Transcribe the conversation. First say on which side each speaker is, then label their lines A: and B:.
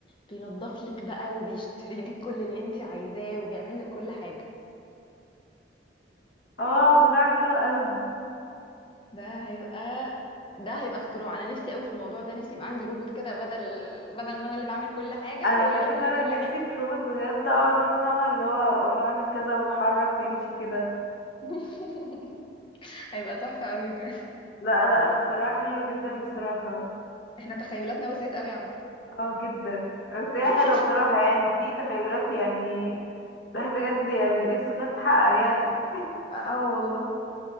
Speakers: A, on the left (about 30°); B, on the left (about 75°).
A: بينظف لك بقى وبيشتري لك كل اللي انت عايزاه وبيعمل لك كل حاجه
B: اه بصراحه حلوه قوي
A: ده هيبقى ده هيبقى اختراع انا نفسي قوي في الموضوع ده نفسي يبقى عندي روبوت كده بدل بدل ما انا اللي بعمل كل حاجه
B: انا
A: هو
B: بجد
A: اللي يعمل
B: فعلا
A: لي كل حاجه
B: نفسي في روبوت بجد اقعد انا فاهمه اللي هو اقول له اعمل كذا واتحرك ويمشي كده
A: <laughs> هيبقى تحفه قوي بجد
B: لا لا اختراع حلو جدا بصراحه
A: احنا تخيلاتنا وسعت قوي عامه
B: اه جدا بس هي
A: <laughs>
B: حلوه بصراحه يعني في تخيلات يعني الواحد بجد يعني نفسه انها تتحقق يعني
A: اه والله